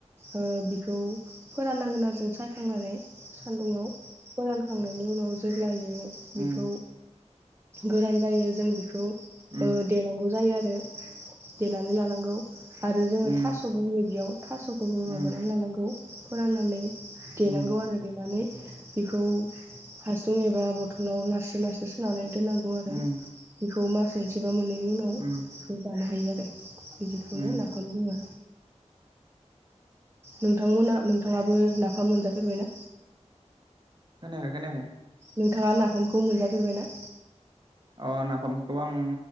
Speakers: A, on the right; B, on the right.
A: ओ बिखौ फोराननांगोन आरो जों सायखांनानै सान्दुङाव फोरानखांनायनि उनाव जेब्लायो
B: उम
A: बेखौ गोरान जायो जों बेखौ
B: उम
A: देनांगौ जायो आरो देनानै लानांगौ आरो जोङो
B: उम उम
A: थास'बो होयो बेयाव थास' बेखौबो
B: उम
A: माबानानै लानांगौ फोराननानै देनांगौ
B: उम
A: आरो देनानै बेखौ हासुं एबा बथलाव नारसो नारसो सोनानै दो नांगौ आरो
B: उम
A: बेखौ मास मोनसेबा मोनैनि उनाव बेखौ
B: उम
A: जानो हायो आरो बिदि बेखौनो
B: उम
A: नाफाम बुङो नोंथांमोना नोंथाङाबो नाफाम मोनजाफेरबायना
B: खोनायाखै खोनायाखै
A: नोंथाङा नाफामखौ मोनजाफेरबाय ना
B: अ नाफामखौ आं